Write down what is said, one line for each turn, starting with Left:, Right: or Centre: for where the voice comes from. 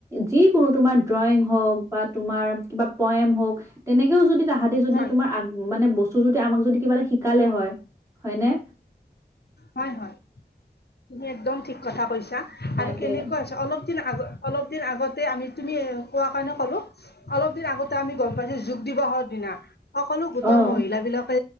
Right: যিকোনো তোমাৰ ড্ৰয়িং হওক বা তোমাৰ কিবা পয়েম হওঁক তেনেকেও যদি তাহাতি যদি
Left: হয়
Right: তোমাৰ আগ মানে বস্তু যদি আমাক যদি কিবা এটা শিকালে হয় হয়নে?
Left: হয় হয়, তুমি একদম ঠিক কথা কৈছ ছা,
Right: তাকে
Left: আৰু কেনেকুৱা হৈছে অলপ দিন আগ অলপ দিন আগতে আমি তুমি কোৱা কাৰণে কলো, অলপ দিন আগতে আমি গম পাইছো যোগ দিৱসৰ দিনা সকলো গোটৰ
Right: অ',
Left: মহিল বিলাকে